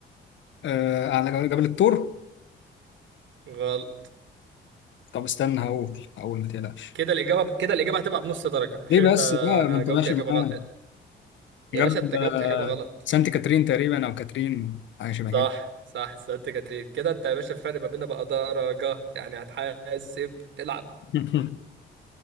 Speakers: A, on the left (about 70°); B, on the right (about 70°).
A: آه على جبل الطور
B: غلط
A: طب استنى هقول هقول ما تقلقش
B: كده الاجابة كده الاجابة هتبقى بنص درجة عشان
A: ليه بس
B: انت
A: بقى ما انت
B: جاوبت
A: ماشي
B: اجابة
A: معاه
B: غلط يا
A: جبل
B: باشا انت جاوبت
A: آه
B: اجابة غلط
A: سانت كاترين تقريبا او كاترين حاجه شبه كده
B: صح صح سانت كاترين كده انت يا باشا الفرق ما بيننا بقى درجة يعني هتحاسب العب
A: <laughs>